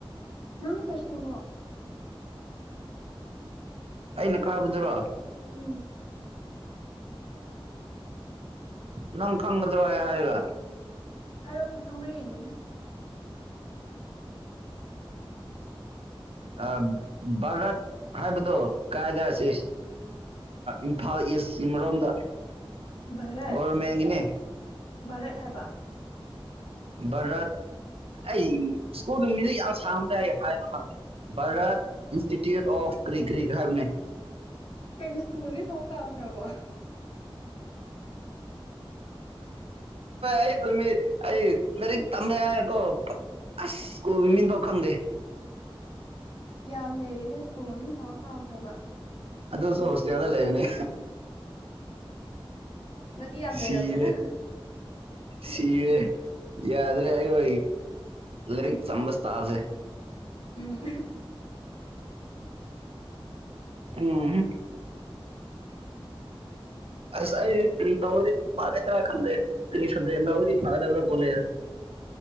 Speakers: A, on the left; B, on the right.
A: ꯅꯅ ꯀꯁꯀꯨꯜꯅꯣ
B: ꯑꯩꯅ ꯀꯥꯕꯗꯨꯔꯣ
A: ꯎꯝ
B: ꯅꯪ ꯈꯪꯒꯗꯔꯋꯥ ꯍꯥꯏꯔꯒ
A: ꯍꯥꯏꯔꯑꯣꯅꯦ ꯈꯪꯕ꯭ꯔꯥ ꯌꯦꯡꯒꯦꯅꯦ
B: ꯎꯝ ꯚꯔꯠ ꯍꯥꯏꯕꯗꯨ ꯀꯥꯏꯗꯁꯤ ꯏꯝꯐꯥꯜ ꯏꯁꯀꯤ ꯑꯃꯔꯣꯝꯗ
A: ꯚꯥꯔꯠ
B: ꯒꯣꯔꯃꯦꯟꯒꯤꯅꯤ
A: ꯚꯥꯔꯠ ꯍꯥꯏꯕ
B: ꯚꯔꯠ ꯑꯩ ꯁ꯭ꯀꯨꯜꯒꯤ ꯃꯤꯖꯤ ꯌꯥꯝ ꯁꯥꯡꯗꯦ ꯑꯩ ꯍꯥꯏꯕ ꯈꯪꯗꯦ ꯚꯥꯔꯠ ꯏꯟꯁꯇꯤꯇ꯭ꯌꯨꯠ ꯑꯣꯐ ꯀ꯭ꯔꯤ ꯀ꯭ꯔꯤꯛ ꯍꯥꯏꯕꯅꯦ
A: ꯀꯩꯅ ꯁꯀꯨꯕꯝ ꯐꯥꯎ ꯀ ꯈꯕꯣ
B: ꯑꯦ ꯀ꯭ꯔ ꯃꯤ ꯑꯩ ꯃꯔꯤ ꯇꯃꯦꯀꯣ ꯑꯁ ꯀꯣꯃꯤ ꯇ ꯈꯗꯦ
A: ꯌꯥꯝ ꯂꯩꯔꯦꯅꯦ ꯁ꯭ꯀꯨꯜ ꯃꯃꯤꯡ ꯐꯥꯎ ꯀꯥꯎꯈ꯭ꯔꯕ
B: ꯑꯗꯨꯁꯨ
A: ꯆꯍꯤ
B: ꯍꯣꯁꯇꯦꯜꯗ
A: ꯑꯃ ꯐꯥꯎ
B: ꯂꯩꯕꯅꯦ
A: ꯐꯗ꯭ꯔꯤ ꯅꯪꯗꯤ ꯌꯥꯝ
B: ꯁꯤꯔꯦ
A: ꯂꯩꯔꯝꯃꯤꯅ
B: ꯁꯤꯔꯦ ꯌꯥꯗ꯭ꯔꯦ ꯑꯩ ꯂꯥꯏꯔꯤꯛ ꯆꯃꯁ ꯇꯥꯁꯦ
A: ꯎꯝ
B: ꯎꯝ ꯑꯁ ꯑꯩꯗꯤ ꯀꯔꯤꯄ ꯐ ꯏꯗꯔ ꯈꯪꯗ ꯀꯔꯤꯟꯗꯤ ꯐꯥꯗ ꯀꯣꯂ